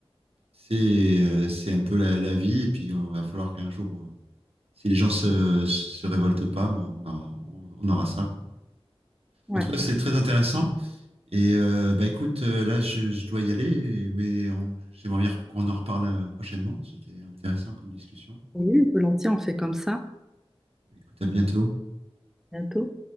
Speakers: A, on the right (about 75°); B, in the centre.
A: c'est euh, c'est un peu la, la vie, et puis euh, il va falloir qu'un jour euh, si les gens se, se révoltent pas, ben, on aura, on- on aura ça, quoi.
B: Ouais.
A: En tout cas, c'est très intéressant. Et euh, bah écoute, euh, là, je, je dois y aller, mais on- j'aimerais bien qu'on en reparle euh, prochainement. C'était intéressant comme discussion.
B: Oui, volontiers, on fait comme ça
A: Écoute, à bientôt.
B: bientôt.